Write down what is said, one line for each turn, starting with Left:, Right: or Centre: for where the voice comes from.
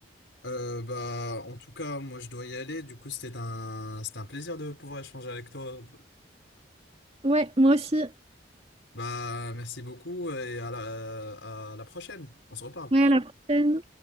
Left: Euh, bah, en tout cas, moi, je dois y aller. Du coup, c'était un, c'était un plaisir de pouvoir échanger avec toi.
Right: Ouais, moi aussi.
Left: Bah, merci beaucoup et à la, à la prochaine. On se reparle.
Right: Ouais, à la prochaine.